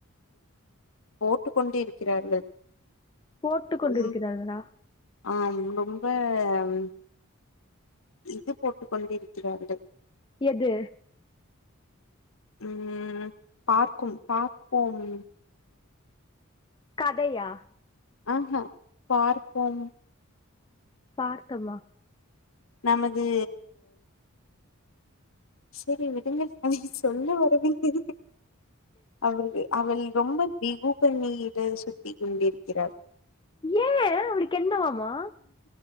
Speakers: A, on the left (about 70°); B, on the left (about 20°).
A: போட்டுக்கொண்டு இருக்கிறார்கள்
B: போட்டு கொண்டிருக்கிறார்களா
A: உம் ஆஹ் ரொம்ப உம் இது போட்டுக்கொண்டிருக்கிறார்கள்
B: எது
A: உம் பார்க்கும் பார்ப்போம்
B: கதையா
A: ஆஹ ஹ பார்ப்போம்
B: பார்க்கமா
A: நமதூ சரி விடுங்க அவுள்க்கு சொல்ல வரவில்லை அவள் அவள் ரொம்ப பிகு பண்ணியேடு சுத்தி கொண்டிருக்கிறாள்
B: ஏன் அவுளுக்கு என்னவாமா